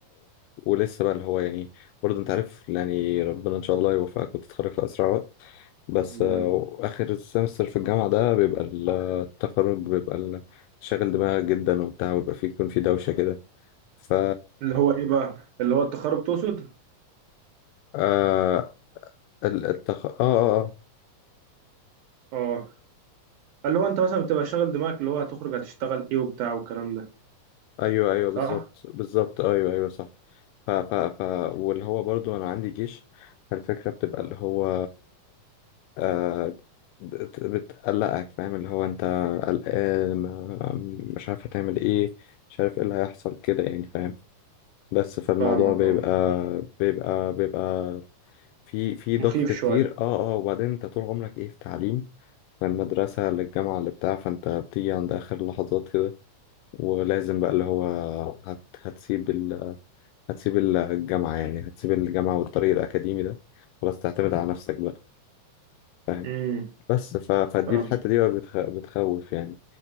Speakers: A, on the left; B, on the right.
A: ولسه بقى اللي هو يعني برضه انت عارف يعني ربنا ان شاء الله يوفقك وتتخرج في اسرع وقت بس
B: أمال.
A: آه، اخر السمستر في الجامعة ده بيبقى ال- التخرج بيبقى ال- شاغل دماغك جدا وبتاع ويبقى فيه يكون في دوشة كده ف
B: اللي هو ايه بقى اللي هو التخرج تقصد
A: آه التخ... اه اه آه.
B: اه اللي هو انت مثلا بتبقى شاغل دماغك اللي هو هتخرج هتشتغل ايه وبتاع والكلام ده
A: ايوه ايوه
B: صح
A: بالظبط بالظبط ايوه ايوه صح ف ف ف واللي هو برضو انا عندي جيش فالفكره بتبقى اللي هو آه بت- بتقلقك فاهم اللي هو انت قلقان ما- مش عارف هتعمل ايه مش عارف ايه اللي هيحصل كده يعني فاهم بس فالموضوع
B: فاهمك
A: بيبقى
B: اه
A: بيبقى بيبقى في في
B: مخيف
A: ضغط كتير
B: شويه
A: اه اه وبعدين انت طول عمرك ايه في تعليم من المدرسة للجامعة اللي بتاع فانت بتيجي عند آخر لحظات كده ولازم بقى اللي هو هت هتسيب هتسيب الجامعة يعني هتسيب الجامعة والطريق الأكاديمي ده خلاص تعتمد على نفسك بقى فاهم
B: امم
A: بس ف... فدي
B: فاهمك
A: الحتة دي بقى بتخ... بتخوف يعني